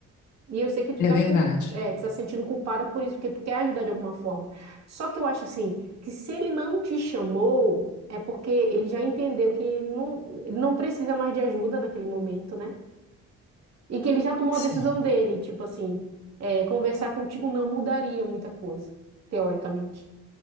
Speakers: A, on the right; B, on the left.
A: E eu sei que tu
B: é
A: tá,
B: verdade.
A: cul- é, tu tá sentindo culpada por isso, porque tu quer ajudar de alguma forma. Só que eu acho assim, que se ele não te chamou, é porque ele já entendeu que ele não, ele não precisa mais de ajuda naquele momento, né? E que ele já tomou
B: Sim.
A: a decisão dele, tipo assim, é, conversar contigo não mudaria muita coisa, teoricamente.